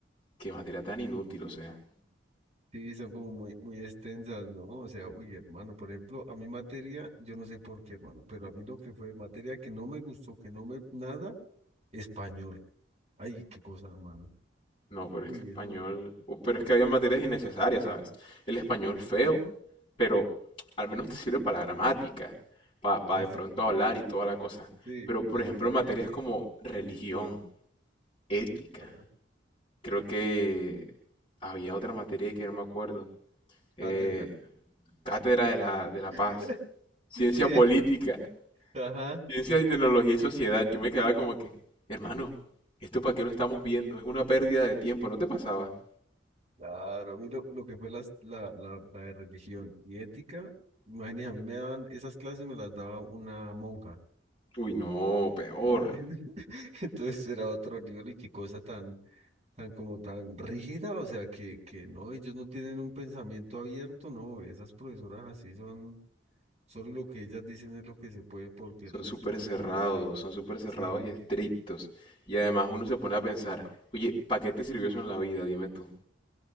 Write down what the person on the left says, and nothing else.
Qué materia tan inútil, o sea.
No, pero
es que español.
o- Pero es que había materias innecesarias, ¿sabes? El español feo, pero al menos te sirve para la gramática, para
de pronto
hablar y toda la cosa.
Pero, por
ejemplo,
materias
como religión, ética.
Creo que había otra materia que no me acuerdo. eh,
cátedra de la, de la paz,
ciencia
política,
ciencias y tecnología y sociedad. Yo me quedaba como que, hermano, ¿esto para qué lo estamos viendo? Es una pérdida de tiempo, ¿no te pasaba?
Uy, no, peor.
Son
súper cerrados,
son súper cerrados
y estrictos. Y además uno se pone a pensar, oye, ¿para qué te sirvió eso en la vida? Dime tú.